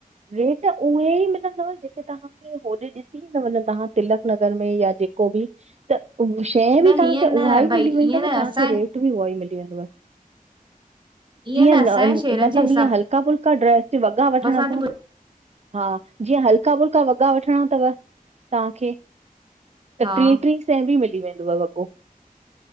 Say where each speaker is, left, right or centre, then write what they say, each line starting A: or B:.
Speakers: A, on the right; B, on the right.
A: रेट उहे ई मिलंदव जेके तांहां। होॾे ॾिसी ई, <inaudible> तव्हां तिलक नगर में या जेको बि। त शइ बि
B: न
A: तव्हांखे
B: हीअं न
A: उहा ई,
B: भई
A: मिली वेंदव,
B: ईअं न
A: तव्हांखे
B: असांजे
A: रेट। भी उहो ही मिली वेंदुव
B: ईअं
A: जीअं न
B: असांजे शहरनि
A: मतिलब
B: जे हिसाब
A: हीअ हलक। हलका, फुल्का ड्रेस वॻा वठिणा
B: सां
A: अथव।
B: थी
A: हा जीअं हल्का, फुल्का वॻा वठणा अथव तव्हांखे। त
B: हा
A: टीं, टीं, सै बि मिली वेंदुव वॻो।